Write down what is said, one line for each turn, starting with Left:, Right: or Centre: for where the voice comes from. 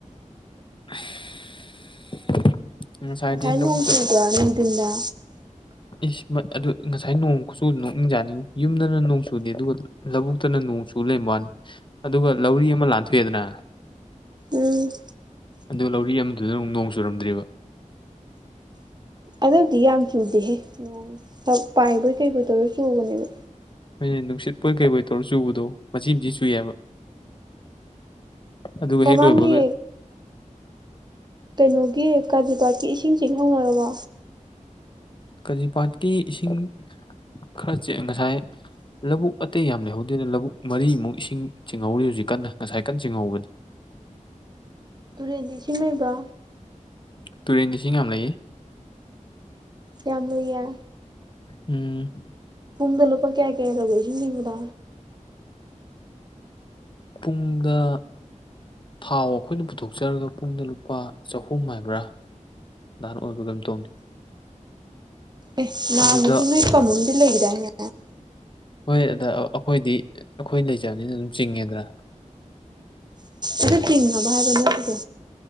Left: <unintelligible> ꯉꯁꯥꯏꯗꯤ
Right: ꯉꯁꯥꯏ
Left: ꯂꯕꯨꯨ
Right: ꯅꯣꯡ
Left: ꯆꯠꯂ
Right: ꯆꯨꯕ꯭ꯔꯥ ꯅꯨꯡꯊꯤꯟꯗ
Left: ꯏꯁ ꯃ ꯑꯗꯨ ꯉꯁꯥꯏ ꯅꯣꯡꯁꯨ ꯅꯣꯛꯅꯤꯡꯖꯥꯅꯤꯡꯉꯨ ꯌꯨꯝꯗꯅ ꯅꯣꯡ ꯆꯨꯅꯤ ꯑꯗꯨꯒ ꯂꯧꯕꯨꯛꯇꯅ ꯅꯣꯡ ꯆꯨ ꯂꯩꯔꯕꯅꯤ ꯑꯗꯨꯒ ꯂꯧꯔꯤ ꯑꯃ ꯂꯥꯟꯊꯣꯛꯑꯦꯗꯅ
Right: ꯎꯝ
Left: ꯑꯗꯨ ꯂꯧꯔꯤ ꯑꯃꯗꯨꯗ ꯑꯃꯨꯛ ꯅꯣꯡ ꯆꯨꯔꯝꯗ꯭ꯔꯦꯕ
Right: ꯑꯗꯨꯗꯤ ꯌꯥꯝ ꯆꯨꯗꯦꯍꯦ ꯅꯣꯡꯕ ꯄꯥꯏꯕꯣꯏ ꯀꯩꯕꯨꯣꯏ ꯇꯧꯔ ꯆꯨꯕꯅꯦꯕ
Left: ꯑꯩꯈꯣꯏꯩꯅ ꯅꯨꯡꯁꯤꯠꯄꯣꯏ ꯀꯩꯕꯣꯏ ꯇꯧꯔ ꯆꯨꯕꯗꯣ ꯃꯆꯤ ꯃꯆꯤ ꯆꯨꯏꯌꯦꯕ ꯑꯗꯨꯒ
Right: ꯃꯃꯥꯡꯒꯤ
Left: ꯍꯦꯛ ꯂꯣꯏꯕꯗ
Right: ꯀꯩꯅꯣꯒꯤ ꯀꯥꯖꯤꯤꯄꯥꯠꯀꯤ ꯏꯁꯤꯡ ꯆꯤꯡꯍꯧꯅꯔꯕ
Left: ꯀꯖꯤꯤꯄꯥꯠꯀꯤ ꯏꯁꯤꯡ ꯈꯔ ꯆꯦꯛ ꯉꯁꯥꯏ ꯂꯧꯕꯨꯛ ꯑꯇꯩ ꯌꯥꯝ ꯂꯩꯍꯧꯗꯦꯅ ꯂꯧꯕꯨꯛ ꯃꯔꯤꯃꯨꯛ ꯏꯁꯤꯡ ꯆꯤꯡꯍꯧꯔꯤ ꯍꯧꯖꯤꯛ ꯀꯟꯅ ꯉꯁꯥꯏ ꯀꯟꯅ ꯆꯤꯡꯍꯧꯕꯅꯤ <unintelligible>
Right: ꯇꯨꯔꯦꯟꯗꯤ ꯁꯤꯃꯩꯕ
Left: ꯇꯨꯔꯦꯟꯗꯤꯁꯤꯡ ꯉ ꯌꯥꯝ ꯂꯩꯌꯦ
Right: ꯌꯥꯝ ꯂꯨꯏꯌꯦ
Left: ꯎꯝ
Right: ꯇꯨꯡꯗ ꯂꯨꯄꯥ ꯀꯌꯥ ꯀꯌꯥ ꯇꯧꯒꯦꯁꯤ ꯅꯤꯡꯗ
Left: ꯄꯨꯡꯗ ꯊꯥꯎ ꯑꯩꯈꯣꯏꯅ ꯄꯨꯊꯣꯛꯆꯔꯒ ꯄꯨꯡꯗ ꯂꯨꯄꯥ ꯆꯍꯨꯝ ꯍꯥꯏꯕ꯭ꯔꯥ ꯅꯍꯥꯟ ꯑꯣꯏꯕ ꯀꯩꯝ ꯇꯧꯗꯦ
Right: ꯑꯦ ꯅꯥꯕꯁꯨ
Left: ꯑꯗꯨꯗ
Right: ꯅꯣꯏ ꯀꯃꯣꯝꯗꯤ ꯂꯩꯒꯗꯥ ꯍꯥꯏꯅꯦ
Left: ꯍꯣꯏ ꯑꯗ ꯑꯩꯈꯣꯏꯗꯤ ꯑꯩꯈꯣꯏ ꯂꯩꯖꯕꯅꯤꯅ ꯑꯗꯨꯝ ꯆꯤꯡꯉꯦꯗꯅ
Right: ꯑꯗꯨ ꯊꯅ ꯔꯒ ꯅꯠꯇꯗꯣ